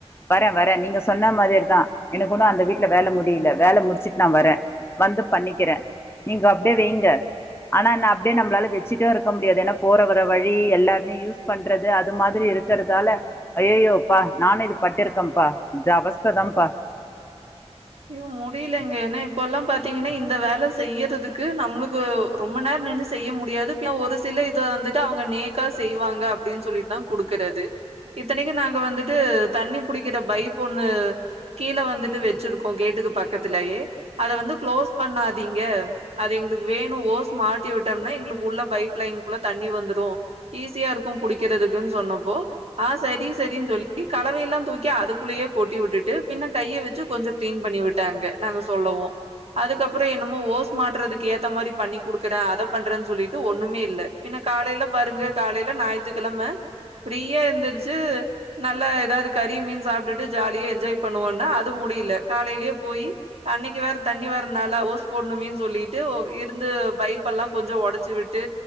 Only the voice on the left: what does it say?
வரேன் வரன் நீங்க சொன்னா மாதிரி தான் எனக்கு ஒன்னு அந்த வீட்டுல வேல முடியலே வேல முடிச்சுட் நான் வரேன் வந்து பண்ணிக்கிறேன் நீங்க அப்டியே வைங்க ஆனா என்ன அப்பிடியே நம்மால வச்சுட்டே இருக்க முடியாது ஏன்னா போற வர்ற வழி எல்லாருமே யூஸ் பண்றது அது மாதிரி இருக்குறதால ஐய்யய்யோப்பா நானு இது பட்டிருக்கன்ப்பா இது அவஸ்ததான்ப்பா